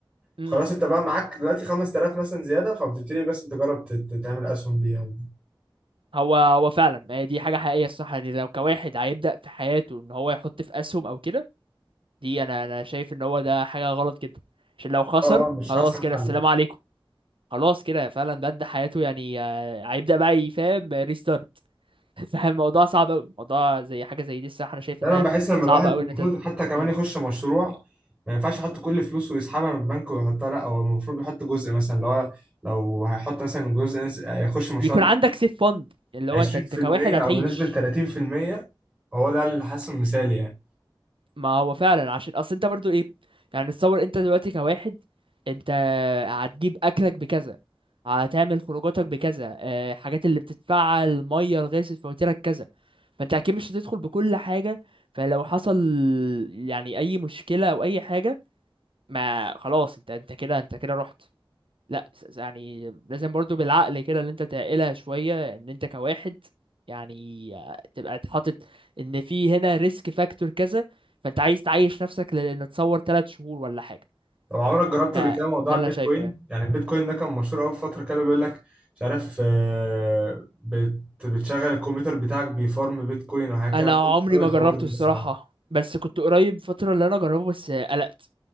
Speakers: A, on the right; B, on the right.
A: امم
B: خلاص انت بقى معاك دلوقتي 5000 مثلا زياده فبتبتدي بس تجرب ت- ت- تعمل اسهم بيها
A: هو هو فعلا هي دي حاجة حقيقية الصح يعني لو كواحد هيبدأ في حياته ان هو يحط في اسهم او كده دي انا انا شايف ان هو ده حاجة غلط جدا عشان لو خسر
B: اه اه مش
A: خلاص
B: احسن
A: كده
B: حل
A: السلام عليكم خلاص كده فعلا بدأ حياته يعني آه، هيبدأ بقى يفهم ريستارت <laughs> فالموضوع صعب قوي موضوع زي حاجة زي دي الصح انا شايف
B: دايما
A: انها
B: بحس لما
A: صعبة
B: الواحد المفروض
A: قوي ان انت
B: حتى كمان
A: مم.
B: يخش مشروع ما ينفعش يحط كل فلوسه ويسحبها من البنك ويحطها لا هو المفروض يحط جزء مثلا اللي هو لو هيحط مثلا جزء نس- يخش المشروع
A: يكون
B: ده
A: عندك سيف فند اللي
B: 20%
A: هو انت انت كواحد هتعيش
B: او بنسبة 30% هو ده اللي حاسه مثالي يعني
A: ما هو فعلا عشان اصل انت برضو ايه يعني تصور انت دلوقتي كواحد انت هتجيب اكلك بكذا هتعمل خروجاتك بكذا آه، حاجات اللي بتدفعها الميه الغاز الفواتيرك كذا فانت اكيد مش هتدخل بكل حاجه فلو حصل يعني اي مشكله او اي حاجه ما خلاص انت انت كده انت كده رحت لا بس- يعني لازم برضو بالعقل كده اللي انت تعقلها شوية ان انت كواحد يعني آه، تبقى اتحاطط ان في هنا ريسك فاكتور كذا فانت عايز تعيش نفسك لان تصور ثلاث شهور ولا حاجة
B: طب عمرك جربت
A: ده
B: قبل كده موضوع
A: ده
B: البيتكوين
A: اللي انا شايفه يعني
B: يعني البيتكوين ده كان مشهور قوي في فترة كده بيقول لك مش عارف آه، بت- بتشغل الكمبيوتر بتاعك بيفارم بيتكوين وحاجة كده
A: انا
B: ما كنتش
A: عمري
B: أوي
A: ما
B: الحوار
A: جربته
B: ده الصراحة
A: الصراحة بس كنت قريب فترة اللي انا اجربه بس آه، قلقت